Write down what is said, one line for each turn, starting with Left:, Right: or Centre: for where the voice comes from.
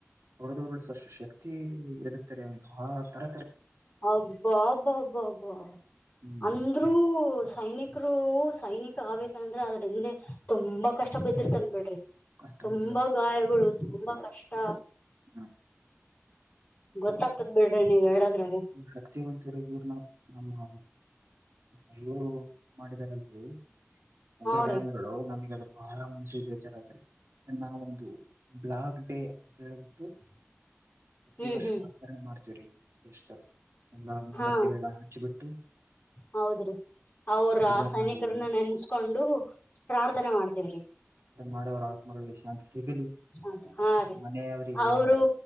Right: ಅವರದವರುಳ ಸಷ್ಟು ಶಕ್ತಿ ಇರುತ್ತೆರಿ ಅವನಿಗೆ ಆತರ
Left: ಹಬ್ಬಾ ಹಬ್ಬ ಹಬ್ಬ ಅಬ್ಬ.
Right: ಹ್ಮ್
Left: ಅಂದ್ರೂ ಸೈನಿಕರು ಸೈನಿಕ ಆೇ ಯಾಂದ್ರೆ ಅದ್ರ ಹಿಂದೆ ತುಂಬಾ ಕಷ್ಟ ಬಿದ್ದಿರ್ತನ್ ಬಿಡ್ರಿ.
Right: ಕಷ್ಟೊಂದು
Left: ತುಂಬಾ
Right: ಇದ್ರ
Left: ಗಾಯಗಳು ತುಂಬಾ ಕಷ್ಟ.
Right: ಹಾ.
Left: ಗೊತ್ತಾಗ್ತದ ಬಿಡ್ರಿ ನೀವ್ ಹೇಳಿದ್ರೆ.
Right: ಶಕ್ತಿ ಒಂಂತರಗವ್ರನ್ನ ನಮ್ಮ. ಅಯೂ ಮಾಡಿದಾರಲ್ರಿ ಉಂಗ್ರ
Left: ಹಾ
Right: ಗಾಮಿಗಳು
Left: ರೀ
Right: ನಮಗೆ ಅದು ಬಹಳ, ಮನ್ಸಿಗೆ ಬೇಜಾರಾದ್ರರಿ ನಾವ ಒಂದು ಬ್ಲಾಗ್ ಡೇ ಅಂತ ಹೇಬಿಟ್ಟು,
Left: <inaudible>
Right: ಪ್ರತಿ ವರ್ಷ
Left: ಹ್ಮ್
Right: ಆಚರಣೆ ಮಾಡ್ತೀವ್ರಿ ನಮ್ಮ ದೇಶದಲ್ಲಿ ಎಲ್ಲಾ ಮುಂಬತ್ತಿ
Left: ಹಾ
Right: ವೇಳ ಹಚಿಬಿಟ್ಟು
Left: ಹೌದ್ರಿ. ಅವರು ಆ
Right: ಜನ
Left: ಸೈನಿಕರನ್ನ ನೆನ್ಸ್ಕೊಂಡು ಪ್ರಾರ್ಥನೆ ಮಾಡ್ತವ್ರಿ.
Right: ಮಾಡಿ ಅವ್ರ ಆತ್ಮಗಳಿಗೆ ಶಾಂತಿ. ಸಿಗಲಿ
Left: ಅ ಹಾ ರೀ
Right: ಮನೆಯವರಿಗೆ
Left: ಅವರು
Right: ಅವರ